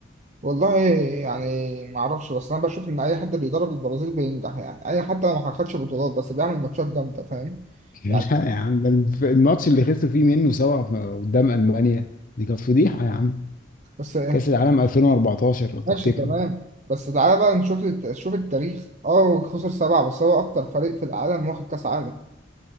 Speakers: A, on the right (about 35°); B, on the left (about 45°).
A: والله يعني ما اعرفش بس انا بشوف ان اي حد بيدرب البرازيل بينجح يعني اي حتى لو ما خدش بطولات بس بيعمل ماتشات جامده فاهم
B: لا
A: يعني
B: يا عم ده الف- الماتش اللي خسروا فيه منه سبعة في- قدام ألمانيا دي كانت فضيحة يا عم
A: بس
B: كأس العالم 2014 لو تفتكروا
A: ماشي تمام بس تعالى بقى نشوف الت- شوف التاريخ اه خسر سبعة بس هو اكتر فريق في العالم واخد كاس عالم